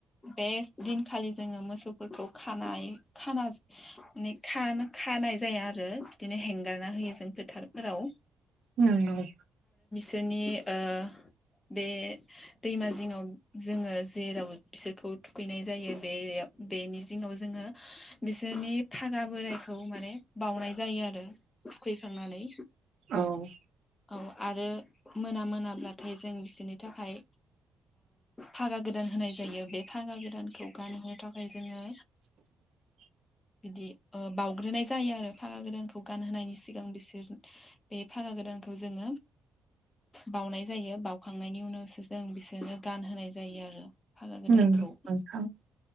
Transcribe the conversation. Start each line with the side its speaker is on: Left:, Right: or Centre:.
Left: बे दिनखालि जोङो मोसौफोरखौ खानाय। खाना माने खानाय जाया आरो बिदिनो हेंगारना होयो जों फोथार फोराव
Right: नंगौ
Left: दोनि ओ बे दैमा जिङाव जोङो जेराव बिसोरखौ थुखैनाय जायो बे बेनि जिङाव जोङो बिसोरनि फागा बोरायखौ माने बावउनाय जायो आरो थुखैखांनानै
Right: औ
Left: औ आरो मोना मोनाब्लाथाय जों बिसोरनि थाखाय फागा गोदान होनाय जायो बे फागा गोदानखौ गानहोनो थाखाय जोङो
Right: <unintelligible> <inaudible>
Left: बिदि बाउग्रोनाय जायो आरो फागा गदानखौ गानहोनायनि सिगां बिसोर बे फागा गोदानखौ जोङो बाउनाय जायो बाउखांनायनि उनावसो जों बिसोरनो गानहोनाय जायो आरो फागा गोदानखौ
Right: नंगौ नोंथां